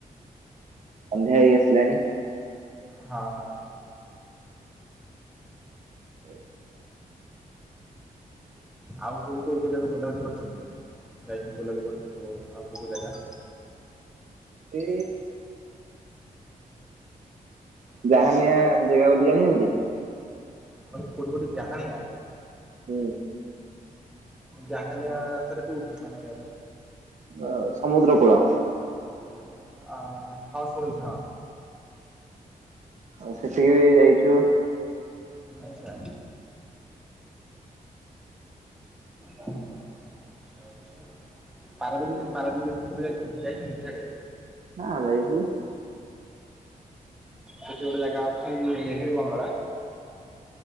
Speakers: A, on the right (about 55°); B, in the centre.
A: ସନ୍ଧ୍ୟା ହେଇ ଆସିଲାଣି।
B: ହଁ ହଁ।
A: <unintelligible>
B: ଆଉ ସବୁ କୋଉ କୋଉ ଜାଗା ବୁଲାବୁଲି କରିଛନ୍ତି ଯାଇଛନ୍ତି ବୁଲାବୁଲି କରିଛନ୍ତି ସବୁ ଆଉ କୋଉ କୋଉ ଜାଗା।
A: ଏ।
B: ହ୍ୟାଲୋ
A: ଜହାନିଆ ଜେଗା ବୋଲି ଜାଣିଛନ୍ତି।
B: କଁ କୋଉଠି କୋଉଠି ଜାହଣିଆ।
A: ହୁଁ।
B: ଜାହାନିଆ ସେଟା କୋଉଠି ମାନେ।
A: ଅ ସମୁଦ୍ର କୂଳ।
B: <unintelligible> ଆ ହଁ ଶଣୁଛି ହଁ।
A: ଆଉ ସେଠିକି ଯାଇଛୁ।
B: ଆଛା। ଆଚ୍ଛା। ପାରାଦୀପ ଯାଇଚନ୍ତି ପାରାଦୀପ <unintelligible> ଯାଇଛନ୍ତି ସିଆଡେ?
A: ହଁ ଯାଇଛି।
B: ସେଠି ଗୋଟେ ଜାଗା ଅଛି ନେହେରୁ ବଙ୍ଗଳା